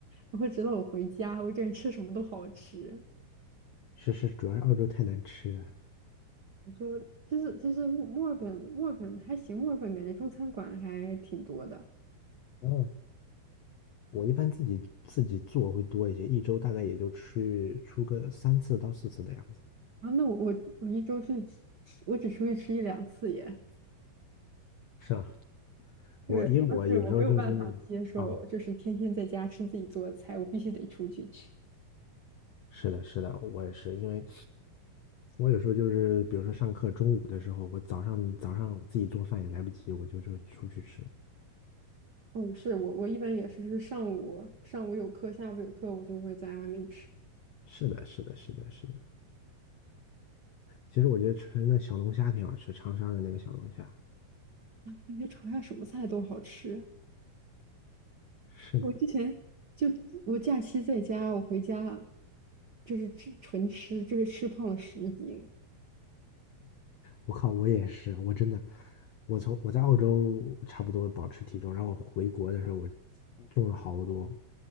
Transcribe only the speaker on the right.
然后直到我回家，我感觉吃什么都好吃。
我说，其实其实墨墨尔本墨尔本还行，墨尔本感觉中餐馆还挺多的。
然后那我我我一周去吃，吃我只出去吃一两次耶。
对，
主要是我没有办法接受，就是天天在家吃自己做的菜，我必须得出去吃。
嗯，是我我一般也是，就是上午上午有课，下午有课，我就会在外面吃。
感觉长沙什么菜都好吃。
我之前就我假期在家，我回家就是吃纯吃，就是吃胖了十斤。